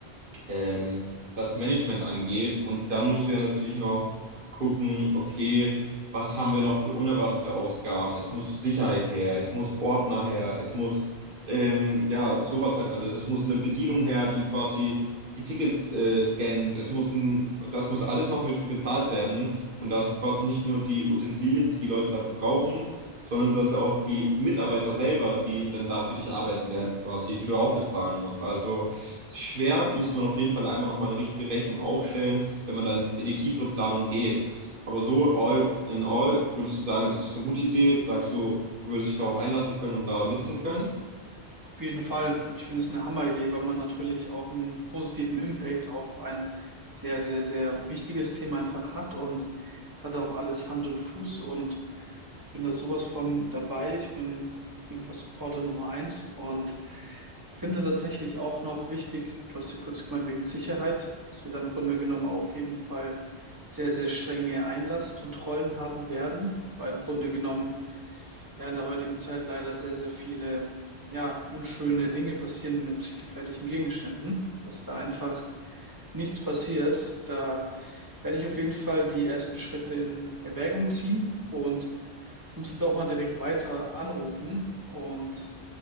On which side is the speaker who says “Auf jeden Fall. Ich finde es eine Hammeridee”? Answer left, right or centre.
Right